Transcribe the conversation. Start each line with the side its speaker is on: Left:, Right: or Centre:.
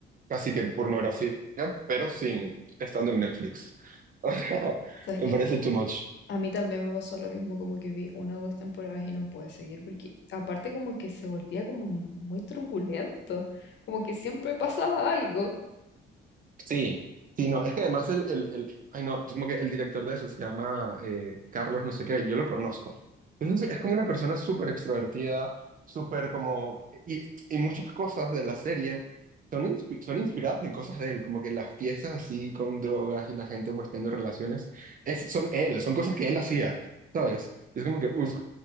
Right: casi que pornografía, pero sin estando en Netflix. <laughs> O sea,
Left: Sabes
Right: me
Left: que
Right: parece too much.
Left: a mí también me pasó lo mismo, como que vi una o dos temporadas y no pude seguir, porque aparte como que se volvía como muy truculento, como que siempre pasaba algo.
Right: Sí, sí, no, es que además el, el, el- ay no, yo como que el director de eso se llama eh, Carlos no sé qué, yo lo conozco. Entonces es como una persona súper extrovertida, súper como, y, y muchas cosas de la serie son, inspi- son inspiradas en cosas de él, como que las fiestas así con drogas y la gente pues teniendo relaciones, es, son él, son cosas que él hacía, ¿sabes? Es como que, uff,